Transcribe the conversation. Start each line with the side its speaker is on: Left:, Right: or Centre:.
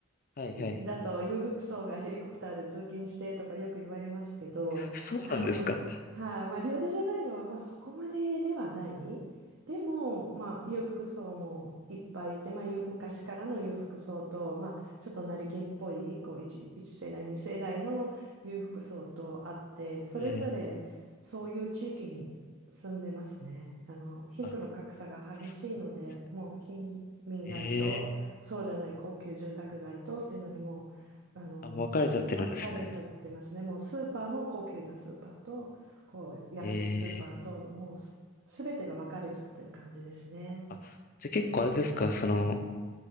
Left: はいはい。
Right: だと裕福層がヘリコプターで通勤してとかよく言われますけど、
Left: そうなんですか。
Right: あの、はい、まあ、リオデジャネイロはまあそこまでではない。でも、まあ、裕福層もいっぱいいて、まあ、ゆ昔からの裕福層と、まあ、ちょっと成金っぽいこう1、一世代、2世代の裕福層とあって、それぞれそういう地域に住んでますね。
Left: はい。
Right: あの、貧富の格差が激しいので、
Left: あ、そうなんです
Right: もう貧民街とそうじゃない高級住宅街とっていうのにもう、
Left: ね。ええ
Right: あのー分かれちゃってますね。
Left: あ、もう別れちゃってるんですね。
Right: もうスーパーも高級なスーパーと、こう安いスーパーと、
Left: ええ
Right: もうす、べてが分かれちゃってる感じですね。
Left: あ、じゃあ結構あれですか、その、